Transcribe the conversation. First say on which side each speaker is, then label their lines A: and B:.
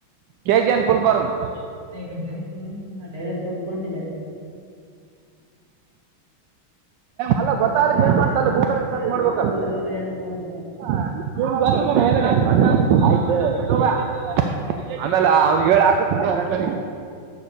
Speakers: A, on the right (about 75°); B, on the right (about 30°).
A: K, G, N, full form. <unintelligible>
B: <unintelligible> <inaudible>
A: ಅಲ್ಲ, ಗೊತ್ತಾಗ್ಲಿಕ್ಕೆ!
B: ಆತ
A: ಏನ್
B: ಬೇರೆ
A: ಮಾಡ್ತಲ್ಲ
B: ಕೆಲಸ
A: ಗೂಗಲ್ಗೆ
B: ಮಾಡ್ತಾನೆ
A: ಸರ್ಚ್,
B: ಯಾರು
A: ಮಾಡ್ಬೇಕಲ್ಲ.
B: ಕೂಲಿ ಬೇಡ ಹೆಂಗೆ
A: <unintelligible> ಹೇ, ಹಾಗಿದೆ, ಆಯ್ತು.. <unintelligible> ಆಮ್ಯಾಲ, ಅವ್ನಿಗ ಹೇಳಿ, ಹಾಕಿಶುತೀನಿ, ತೋರ್, ತಡ್ಡಿ,